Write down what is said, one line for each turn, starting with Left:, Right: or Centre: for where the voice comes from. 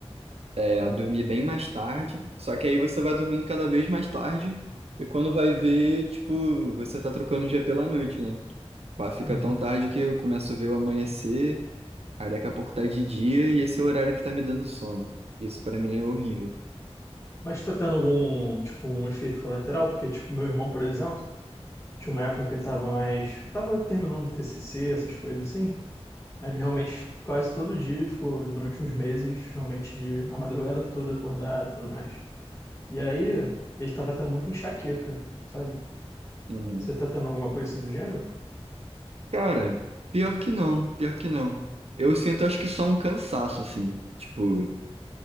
Right: é, a dormir bem mais tarde. Só que aí você vai dormindo cada vez mais tarde e quando vai ver, tipo, você tá trocando o dia pela noite, né? Pá, Fica
Left: Uhum.
Right: tão tarde que eu começo a ver o amanhecer, aí daqui a pouco tá de dia e esse é o horário que tá me dando sono. Isso pra mim é horrível.
Left: Mas tá tendo algum, tipo, um efeito colateral? Porque, tipo, meu irmão, por exemplo. Tinha uma época que ele tava mais. Tava terminando o TCC, essas coisas assim. Aí ele realmente, quase todo dia, ele ficou durante uns meses, realmente, de a madrugada toda acordado e tudo mais. E aí, ele tava tendo muita enxaqueca, sabe?
Right: Uhum.
Left: Você tá tendo alguma coisa assim do gênero?
Right: Cara, pior que não, pior que não. Eu sinto, acho que só um cansaço, assim. Tipo,